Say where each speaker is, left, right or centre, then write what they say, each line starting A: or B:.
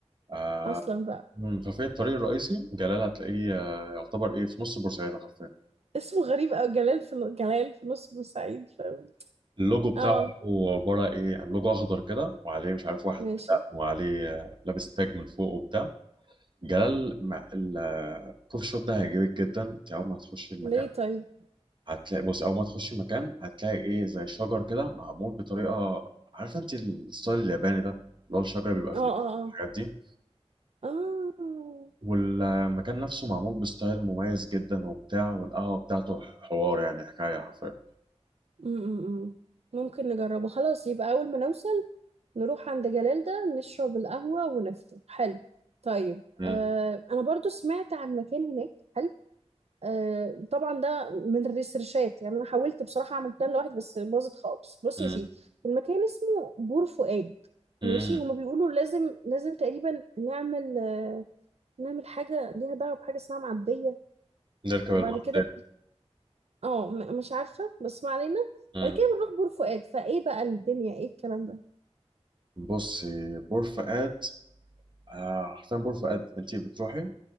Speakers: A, on the right; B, on the right.
A: آه،
B: اصلا بقى
A: مم. ففي الطريق الرئيسي جلال هتلاقيه آه، يعتبر ايه في نص بورسعيدة حرفيا
B: اسمه غريب قوي جلال في نو- جلال في نص بورسعيد فاهم
A: اللوجو بتاعه
B: اه
A: هو عبارة ايه يعني لوجو اخضر كده وعليه مش عارف واحد
B: ماشي
A: بتاع وعليه آه، لابس تاج من فوق وبتاع جلال مع ال- آه، الكوفي شوب ده هيعجبك جدا انت اول ما هتخش المكان
B: ليه طيب
A: هتلاقي بص اول ما تخش المكان هتلاقي ايه زي شجر كده معمول بطريقة عارفة انت الستايل الياباني ده اللي هو الشجر بيبقى
B: اه
A: في
B: اه
A: الحاجات دي
B: اه اه
A: والمكان نفسه معمول بستايل مميز جدا وبتاع والقهوة بتاعته حوار يعني حكاية حرفيا
B: م-م-م. ممكن نجربه خلاص يبقى أول ما نوصل نروح عند جلال ده نشرب القهوة ونفطر حلو طيب
A: مم.
B: آه أنا برضو سمعت عن مكان هناك حلو آه طبعا ده من الريسيرشات يعني أنا حاولت بصراحة أعمل بلان لوحدي بس باظت خالص بص
A: مم.
B: يا سيدي المكان اسمه بور فؤاد
A: مم.
B: ماشي هما بيقولوا لازم لازم تقريبا نعمل آه نعمل حاجة ليها دعوة بحاجة اسمها معدية
A: نركب
B: وبعد
A: المحمودية
B: كده اه م- مش عارفه بس ما علينا
A: مم.
B: بعد كده بنروح بور فؤاد فايه بقى الدنيا ايه الكلام ده
A: بصي بور فؤاد آه، حرفيا بور فؤاد انت بتروحي